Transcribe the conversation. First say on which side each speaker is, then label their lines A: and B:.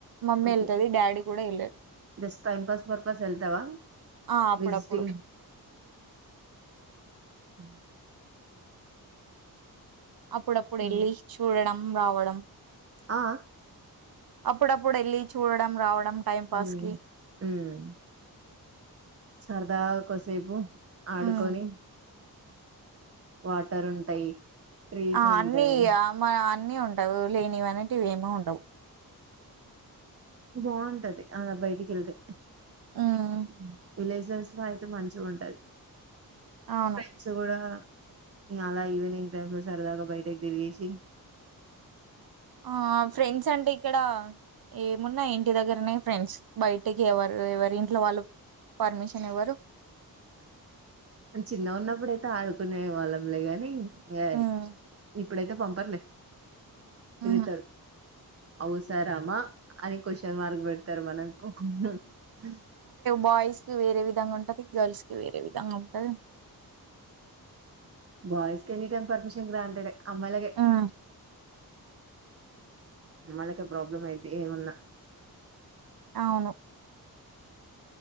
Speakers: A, on the right; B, on the right.
A: మమ్మీ
B: ఓకే
A: వెళ్తది డాడీ కూడా వెళ్ళారు.
B: జస్ట్ టైమ్ పాస్ పర్పస్ ఎళ్తావా
A: ఆ అప్పుడప్పుడు
B: విజిటింగ్ ఆ
A: అప్పుడప్పుడు
B: హ్మ్
A: వెళ్ళి చూడడం రావడం
B: ఆ
A: అప్పుడప్పుడు వెళ్ళి చూడడం రావడ డం టైం పాస్కి
B: హ్మ్ హ్మ్ సరదాగా కోస్సేపు ఆడుకొని
A: ఉమ్
B: వాటర్ ఉంటాయి. ట్రీస్
A: ఆ
B: ఉంటాయి
A: అన్నీయ మా అన్నీ ఉంటాయ్ ఉవు లేని అంటువేమో ఉండవు.
B: బాగుంటది అలా బయటికేళ్తే
A: ఉమ్
B: ఉ విలేజెస్లో అయితే మంచిగుంటది
A: అవును
B: ఫ్రెండ్స్ కూడా ఇంగ అలా ఈవినింగ్ టైమ్ లో సరదాగా బయటకి తిరీగేసి
A: ఆ ఫ్రెండ్స్ అంటే ఇక్కడ ఏమున్నాయి. ఇంటి దగ్గరనే ఫ్రెండ్స్ బయటికి ఎవరు ఎవరి ఇంట్లో వాళ్ళు పర్మిషన్ ఇవ్వరు
B: నేన్ చిన్న గున్నప్పుడు అయి తా ఆడుకునే వాళ్ళంలే గాని అయ్
A: ఉమ్
B: ఇప్ ఇప్పుడైయితే పంపర్లే
A: ఉహు
B: వెల్తారు. అవసరమా అనే క్వషన్ మార్క్ పెడతారు మనం <unintelligible>
A: బాయ్స్కి వేరే విధంగా ఉంటది గర్ల్స్ వేరే విధంగా గుంటది.
B: బా్స్ క ఎనీ టైమ్ పర్మిషన్ గ్రాంటెడ్ అమ్మలగే
A: హ్మ్.
B: అమ్మళకి ప్రాబ్లం అయితే ఏమున్నా
A: అవును